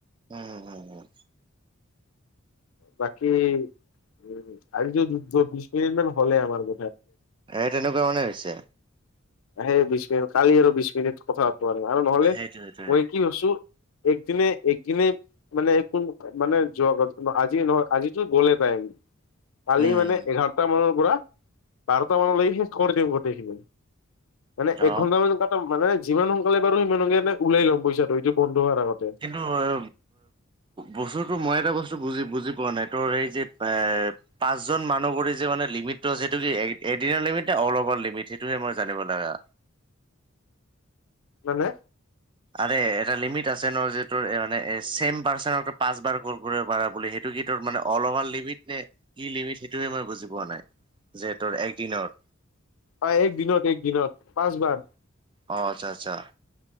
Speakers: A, on the right (about 25°); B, on the left (about 80°).
A: উম উম উম।
B: বাকী উ আজ বি মিনিট মান হলে আমাৰ ব।
A: স তেনেকুৱা মানে হৈছে।
B: আহে বিশ মিনিট কালি আৰু বিশ মিনিট কথা পাতো আৰু আৰু নহলে
A: সেইটোৱে সেইটোৱে
B: মই কি ভছো। একদনে একদনে মানেন মানে যোৱা। আজি নহয় আজিতো গ'লে টাইম কালি
A: উম
B: মানে এঘাৰটা মানৰ পৰা। বাৰটা মানলৈাগে সে গোটেইখিনি মানে
A: অ
B: এক ঘন্টা মান কটা মানে। যিমানসক বাৰু সিমান সকে ওলাই লম পইচাটো বন্ধ। হোৱাৰ আগতে।
A: কিন্তু এ বস্তুতো মই এটা বস্তু। বুজ বুজি পোৱা নাই তোৰ সেই যে এ পাঁচজন মানুহবোৰে যে মানে লিমিটটো আছে সেইটো কি। এদিনৰ লিমিট ন অল অভাৰ লিমিট সেইটোহে মই জানিব লগা।
B: মানে।
A: আৰে এটা লিমিট আছে ন যে তোৰ মানে চছেম পাৰ্চন পাঁচ বাৰ কৰিব পাৰা বুলি সেইটো। অল অ লমি নে কি লিমিট সেইটো মই বুজি পোৱা নাই। যিহেতৰ একদিনৰ।
B: অ এক দিনত এক দিনত পাঁচবাৰ
A: অ আচ্ছা আচ্ছা।